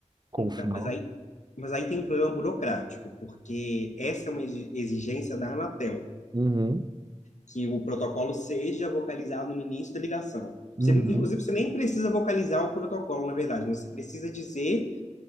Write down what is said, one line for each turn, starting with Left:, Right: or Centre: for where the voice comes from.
Right: Com
Left: Então,
Right: o final.
Left: mas aí, mas aí tem um problema burocrático, porque essa é uma exi- exigência da Anatel,
Right: Uhum.
Left: que o protocolo seja vocalizado no início da ligação.
Right: Uhum.
Left: Você, inclusive, você nem precisa vocalizar o protocolo, na verdade, mas você precisa dizer